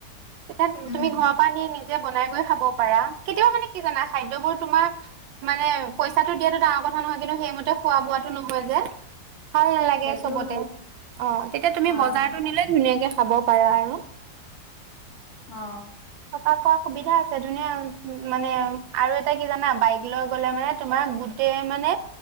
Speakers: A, on the right; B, on the left.
A: পি
B: উম,
A: তুমি ঘৰৰ পৰা নি নিজ বনাই গৈ খাব পাৰা, কেতিয়াবা মানে কি জানা খাদ্য বোৰ তোমাৰ মানে পইচাটো দিয়াটো ডাঙৰ কথা নহয় কিন্তু সেইমতে খোৱা বোৱাটো নহয় যে ভাল নালাগে
B: সেইটোও
A: চবতে
B: হয়
A: অ তেতিয়া তুমি
B: অ',
A: বজাৰতো নিলে ধুনীয়াকে খাব পাৰা আৰু
B: অ
A: থকা খোৱা সুবিধা আছে ধুনীয়া উ মানে আৰু এটা কি জানা বাইক লৈ গ'লে মানে তোমাৰ গোট মানে